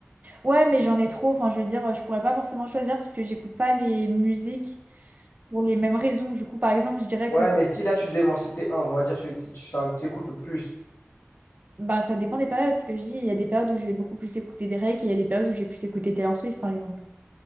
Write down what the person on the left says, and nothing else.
Ouais,
mais si là, tu devais m'en citer un, on va dire celui que tu enfin, que t'écoutes le plus.